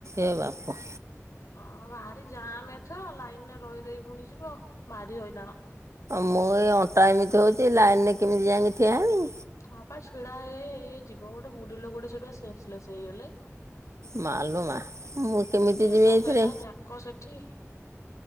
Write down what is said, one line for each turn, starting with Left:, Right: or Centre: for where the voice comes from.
Right: ଏ ବାପ!
Left: ହଁ, ବାହାରି ଜାମ୍ ଏଥର ଲାଇନରେ ରହି ରହି ପୁଣିଯିବ। ଭାରି ହଇରାଣ।
Right: ମୁଁ ଏଇ ଅଣ୍ଟା ଏମିତି ହଉଛି, ଲାଇନ ନେ କେମିତି ଯାଇକି ଠିଆ ହେବି?
Left: ହଁ, ପା ଛିଡା ହେଇ ହେଇ ହେଇ ହେଇଯିବ। ଗୋଟେ ବୁଢୀଲୋକଟା ସେଟା ସ୍ନେସଲେସ୍ ହେଇଗଲେ।
Right: ମାଲୋମା! ମୁଁ କେମିତି
Left: ଏ ଠେଲା
Right: ଯିବି ଏଥିରେ?
Left: ପେଲା ଯାକ ସେଠି